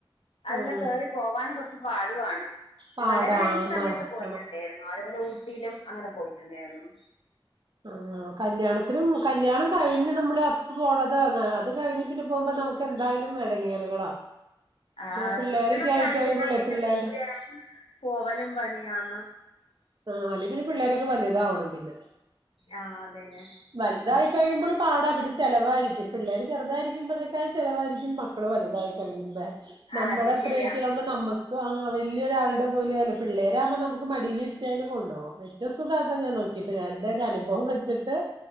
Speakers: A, on the left; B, on the right.
A: അത്ങ്ങാ
B: ആഹ്
A: കേറി പോവാനും കൊറ്ച്ച് പാടുവാണ്
B: പാടാ
A: കല്യാണം കഴിഞ്ഞ സമയത്ത്
B: നടക്കണം
A: പോയ്ട്ടിണ്ടേര്ന്നു അതെപോലെ ഊട്ടീലും അങ്ങനെ പോയിട്ടിണ്ടേര്ന്നു
B: ആ കല്യാണത്തിനും കല്യാണം കഴിഞ്ഞ് നമ്മള് അപ്പ പോണത് ന അത് കഴിഞ്ഞ് പിന്നെ പോമ്പോ നമുക്കെന്തായ്ലും എടങ്ങേറുകളാ
A: ആഹ്
B: പിള്ളേരൊക്കെ
A: കുട്ട്യളൊക്കായി
B: ആയിക്കഴിയുമ്പോളേ
A: കഴിഞ്ഞാ പിന്നെ
B: പിള്ളേരുടെ
A: ദൂരെ പോവലും പണിയാന്ന്
B: ആഹ് അല്ലേ പിന്നെ പിള്ളേരെക്കെ വല്താവണം പിന്നെ
A: ആഹ് അതെന്നെ
B: വല്തായി കഴിമ്പൊള് പാടാ പിന്നെ ചെലവായ്ര്ക്കും പിള്ളേര് ചെറ്തായിരിക്കുമ്പതെ ചെലവാരിക്കും മക്കള് വലുതായി കഴിയുമ്പ നമ്മടെ
A: ആഹ് അത്
B: അത്രെക്ക്യാ
A: ശരിയാ
B: മ്പ നമ്മക്ക് ആ വല്ല്യൊരാൾടെ പോലെയാലെ പിള്ളേരാമ്പൊ നമ്മക്ക് മടീല് ഏലും കൊണ്ടോം <unintelligible> സുഖാത്താ ഞാൻ നോക്കീട്ട് ഞാൻ തരനുഭവം വെച്ചിട്ട്